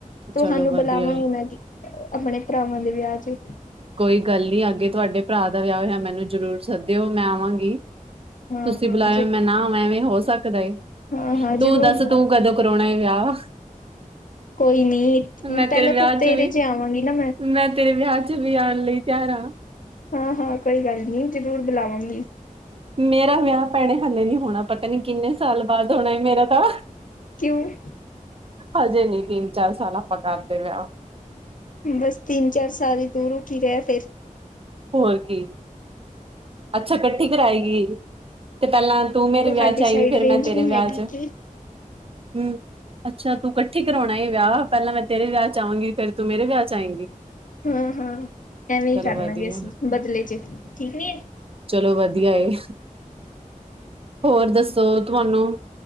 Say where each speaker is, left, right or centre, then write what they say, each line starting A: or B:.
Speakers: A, on the left (about 70°); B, on the right (about 45°).
A: ਤੁਹਾਨੂੰ
B: ਚਲੋ ਵਧੀਆ
A: ਬੁਲਾਵਾਂਗੇ
B: ਏ
A: ਮੈਂ ਅਪਣੇ ਭਰਾਵਾਂ ਦੇ ਵਿਆਹ ਚ।
B: ਕੋਈ ਗੱਲ ਨਹੀਂ, ਅੱਗੇ ਤੁਹਾਡੇ ਭਰਾ ਦਾ ਵਿਆਹ ਹੋਇਆ ਮੈਨੂੰ ਜ਼ਰੂਰ ਸੱਦੇਓ, ਮੈਂ ਆਵਾਂਗੀ।
A: ਹਾਂ
B: ਤੁਸੀਂ
A: ਹਾਂ
B: ਬੁਲਾਯਾ
A: ਜੇ
B: ਮੈਂ ਨਾ ਆਵਾਂ, ਏਵੇਂ ਹੋ ਸਕਦਾ ਏ।
A: ਹਾਂ-ਹਾਂ ਜ਼ਰੂਰ
B: ਤੂੰ ਦੱਸ
A: ਜਾਵਾਂ
B: ਤੂੰ ਕਦੋਂ ਕਰਾਉਣਾ ਏ ਵਿਆਹ
A: ਕੋਈ ਨੀ
B: ਮੈਂ
A: ਪਹਿਲਾਂ
B: ਤੇਰੇ ਵਿਆਹ
A: ਤਾਂ ਤੇਰੇ
B: ਚ ਵੀ
A: ਆਵਾਂਗੀ ਨਾ
B: ਮੈਂ ਤੇਰੇ ਵਿਆਹ ਚ ਜਾਣ ਲਈ ਤਿਆਰ ਆ
A: ਹਾਂ ਹਾਂ ਕੋਈ ਗੱਲ ਨੀ, ਜਰੂਰ ਬੁਲਾਵਾਂਗੀ।
B: ਮੇਰਾ ਵਿਆਹ ਭੈਣੇ ਹਾਲੇ ਨੀ ਹੋਣਾ ਪਤਾ ਨੀ ਕਿੰਨੇ ਸਾ ਸਾਲ ਬਾਅਦ ਹੋਣਾ, ਮੇਰਾ ਤਾਂ
A: ਕਿਉਂ
B: ਹਜੇ ਨਹੀਂ ਤਿੰਨ, ਚਾਰ ਸਾਲ ਆਪਾਂ ਕਰਦੇ ਵਿਆਹ।
A: ਬਸ ਤਿੰਨ, ਚਾਰ ਸਾਲ ਹੀ ਦੂਰ, ਰੁਕੀ ਰਹ ਫੇਰ
B: ਹੋਰ ਕੀ। ਅੱਛਾ ਇਕੱਠੀ ਕਰਏ ਗੀ ਕੇ ਪਹਿਲਾਂ? ਤੂੰ ਮੇਰੇ
A: ਤੁਹਾਡੇ
B: ਵਿਆਹ ਚ ਆਈ
A: ਸਾਈਡ
B: ਫੇਰ
A: ਰੇਂਜ
B: ਮੈਂ ਤੇਰੇ
A: ਨਹੀਂ
B: ਵਿਆਹ
A: ਹੈਗੀ
B: ਚ
A: ਕੀ
B: ਹੂੰ ਅੱਛਾ, ਤੂੰ ਇਕੱਠੀ ਕਰਾਉਣਾ ਵਿਆਹ, ਪਹਿਲਾਂ ਮੈਂ ਤੇਰੇ ਵਿਆਹ ਚ ਆਵਾਂਗੀ ਫੇਰ ਤੂੰ ਮੇਰੇ ਵਿਆਹ ਚ ਆਏਂਗੀ।
A: ਹਾਂ ਹਾਂ ਐਵੇਂ ਹੀ ਕਰਲਾ
B: ਵਧੀਆ,
A: ਗੇ ਅਸੀ, ਬਦਲੇ ਚ ਠੀਕ ਨੀ ਏ।
B: ਚਲੋ ਵਧੀਆ ਏ। ਹੋਰ ਦੱਸੋ? ਤੁਹਾਨੂੰ